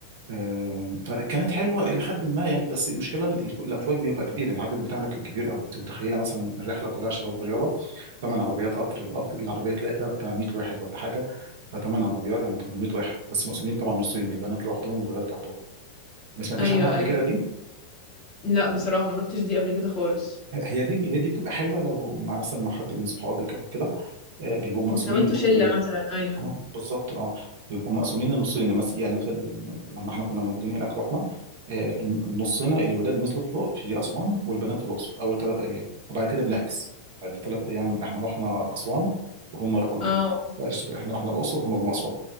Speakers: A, on the right; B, on the left.
A: آه، فكانت حلوة إلى حد ما يعني بس المشكلة ال- الف- الأفواج بيبقى كبير يعني العدد بتاعنا كان كبير قوي أنت متخيلة مثلا الرحلة كلها شباب رياضة ثمان عربيات قطر القطر العربية تلاقي فيها بتاع 100 واحد ولا حاجة ثمان عربيات يعني 800 واحد بس مقسومين طبعا نصين البنات لوحدهم والولاد لوحدهم ما سمعتش
B: ايوه
A: عنها قبل
B: ايوه
A: كده دي
B: لا بصراحة ما روحتش دي قبل كده خالص
A: هي دي هي دي بتبقى حلوه لو مع مثلا مع حد من صحابك او كده آه، بيبقوا مقسومين
B: لو انتوا شله
A: نصين
B: مثلا ايوه
A: اه بالظبط اه بيبقوا مقسومين النصين مس- يعني في ال... لما احنا كنا موجودين هناك رحنا آه، الن- النصنا الولاد نزلوا في لق- في اسوان والبنات في الاقصر اول ثلاث ايام وبعد كده بنعكس بعد ثلاث ايام احنا رحنا اسوان وهم راحوا ال...
B: اه
A: لا، سوري، احنا رحنا الاقصر وهم جم اسوان